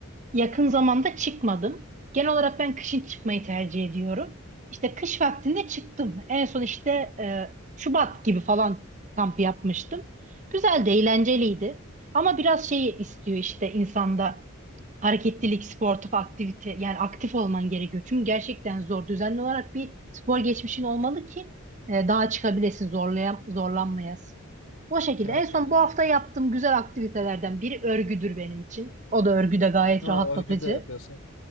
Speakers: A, on the right (about 35°); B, on the left (about 80°).
A: Yakın zamanda çıkmadım. Genel olarak ben kışın çıkmayı tercih ediyorum. İşte kış vaktinde çıktım. En son işte e, Şubat gibi falan kamp yapmıştım. Güzel de eğlenceliydi. Ama biraz şeyi istiyor işte insanda hareketlilik, sportif aktivite yani aktif olman gerekiyor. Çünkü gerçekten zor. Düzenli olarak bir spor geçmişin olmalı ki e, daha çıkabilesin, zorlaya, zorlanmayasın. O şekilde.
B: Evet
A: En son
B: evet.
A: bu hafta yaptığım güzel aktivitelerden biri örgüdür benim için. O da örgü de gayet
B: Aa,
A: rahatlatıcı.
B: örgü de yapıyorsun.